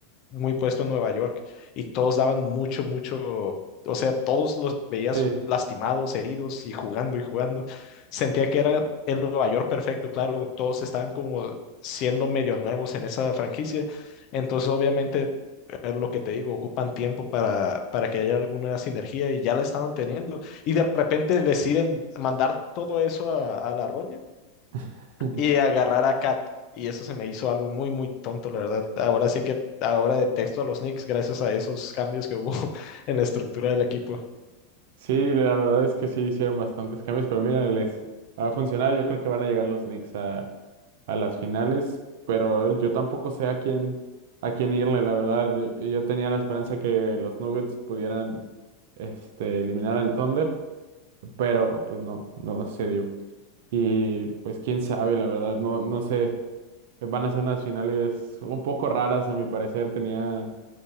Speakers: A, on the left; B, on the right.
A: muy puesto en Nueva York y todos daban mucho, mucho, o sea, todos los veías
B: Sí.
A: lastimados, heridos y jugando y jugando. Sentía que era el Nueva York perfecto, claro, todos estaban como siendo medio nuevos en esa franquicia. Entonces, obviamente, es lo que te digo, ocupan tiempo para, para que haya alguna sinergia y ya la estaban teniendo. Y de repente deciden mandar todo eso a, a la roña
B: <laughs>
A: y agarrar a Cat. Y eso se me hizo algo muy, muy tonto, la verdad. Ahora sí que ahora detesto a los Knicks gracias a esos cambios que hubo <laughs> en la estructura del equipo.
B: Sí, la verdad es que sí hicieron bastantes cambios, pero mira, les ha funcionado. Yo creo que van a llegar los Knicks a, a las finales, pero yo tampoco sé a quién, a quién irle, la verdad. Yo, yo tenía la esperanza que los Nuggets pudieran este, eliminar al Thunder, pero pues no, no se dio. Y pues quién sabe, la verdad, no, no sé. Van a ser unas finales un poco raras, a mi parecer. Tenía